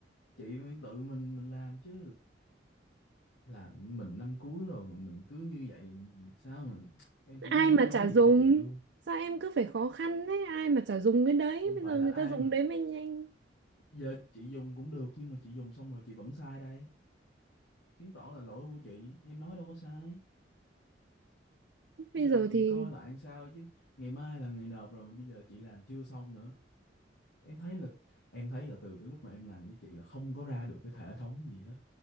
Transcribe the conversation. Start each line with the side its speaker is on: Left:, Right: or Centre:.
Left: Chị phải tự mình mình làm chứ. là mình năm cuối rồi mà mình cứ như vậy sao mà em
Right: ai
Left: cũng không
Right: mà
Left: biết nói
Right: chả dùng
Left: gì với chị luôn
Right: sao em cứ phải khó khăn đấy ai mà chả dùng cái đấy
Left: không
Right: bây
Left: phải
Right: giờ
Left: là
Right: người
Left: ai
Right: ta dùng
Left: mà
Right: đấy mới nhanh
Left: giờ chị dùng cũng được nhưng mà chị dùng xong rồi chị vẫn sai đây chứng tỏ là lỗi của chị em nói đâu có sai
Right: bây
Left: bây giờ
Right: giờ
Left: chị
Right: thì
Left: coi lại làm sao chứ ngày mai là ngày nộp rồi mà bây giờ chị làm chưa xong nữa em thấy là em thấy là từ cái lúc mà em làm với chị là không có ra được cái hệ thống gì hết